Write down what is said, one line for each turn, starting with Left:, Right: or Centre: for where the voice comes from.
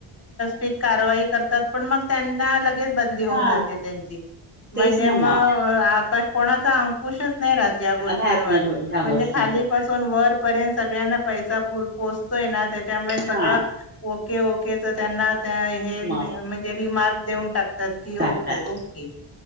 Left: ते कारवाई करत पण म त्यांना लगेच बदली
Right: हा
Left: होऊन जाते त्यां
Right: तेच
Left: म्हणजे
Right: ना मग
Left: म आकाश कोणाचा अंकुशच नाही राहत या गोष्टींवर
Right: राहत नाही ह्या
Left: म्हणजे
Right: गोष्टींवर
Left: खालीपासून वर पर्यंत सगळ्यांना पैसा पोचतोय ना त्याच्यामुळे
Right: हा
Left: सगळं ओके ओके तर त्यांना हे म्हणजे
Right: म
Left: रिमार्क देऊन टाकतात की
Right: टाकतात
Left: ओके ओके.